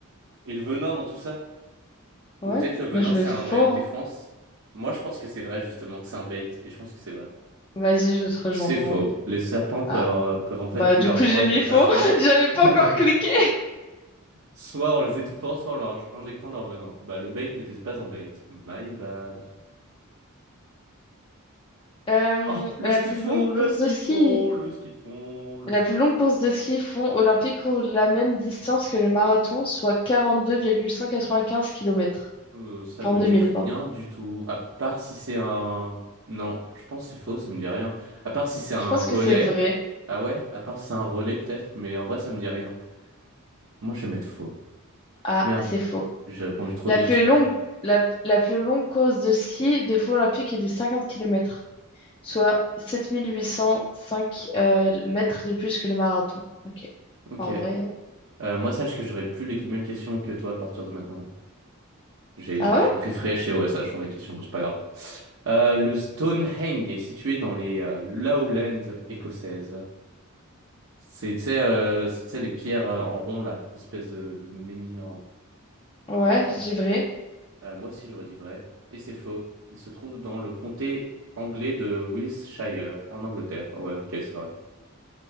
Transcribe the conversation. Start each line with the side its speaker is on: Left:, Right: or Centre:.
Right: Et le venin dans tout ça?
Left: Ouais,
Right: Ou peut-être le venin,
Left: moi je
Right: c'est
Left: mets faux.
Right: un moyen de défense?
Left: hein.
Right: Moi, je pense que c'est vrai, justement, que c'est un bait, et je pense que c'est vrai.
Left: Vas-y, je vais te rejoindre.
Right: C'est faux.
Left: en
Right: Les serpents peuvent,
Left: Ah,
Right: euh, peuvent en fait
Left: bah
Right: tuer
Left: du
Right: leur
Left: coup
Right: proie
Left: j'ai
Right: de
Left: mis
Right: deux
Left: faux.
Right: façons.
Left: <laughs> J'avais
Right: <laughs>
Left: pas encore cliqué.
Right: Soit en les étouffant, soit en leur inj- injectant leur venin. Bah, le bait n'était pas un bait. My bad.
Left: Euh,
Right: Oh, le
Left: la
Right: ski
Left: plus
Right: de fond,
Left: longue
Right: le
Left: course
Right: ski
Left: de ski.
Right: de fond, le ski de fond, le
Left: La
Right: ski
Left: plus
Right: de fond.
Left: longue course de ski fond olympique couvre la même distance que le marathon, soit quarante-deux virgule cent quatre-vingt-quinze kilomètres,
Right: Euh, ça
Left: 42
Right: me dit
Left: 000,
Right: rien
Left: pardon.
Right: du tout. À part si c'est un. Non, je pense que c'est faux, ça me dit rien. À part si c'est un
Left: Je pense
Right: relais.
Left: que c'est vrai.
Right: Ah ouais? À part si c'est un relais, peut-être. Mais en vrai, ça me dit rien. Moi, je vais mettre faux.
Left: Ah,
Right: Merde.
Left: c'est faux.
Right: J'ai répondu trop
Left: La
Right: vite.
Left: plus longue,
Right: Je-
Left: la, la plus longue course de ski de fond olympique est de 50 kilomètres, soit 7805 euh, mètres de plus que le marathon. Ok.
Right: Ok.
Left: Enfin, en vrai. euh.
Right: Euh, moi, sache que j'aurais plus les mêmes questions que toi à partir de maintenant. J'ai
Left: Ah ouais?
Right: euh, refresh et ouais, ça a changé les questions, c'est pas grave. Euh, le Stonehenge est situé dans les euh, Lowlands écossaises. C'est, tu sais, euh, c'est, tu sais, les pierres euh, en rond, là, espèce de, de menhir en
Left: Ouais,
Right: rectangle.
Left: je dis vrai.
Right: Euh, moi aussi, j'aurais dit vrai. Et c'est faux. Il se trouve dans le comté anglais de Wiltshire, en Angleterre. Ah ouais, ok, c'est vrai.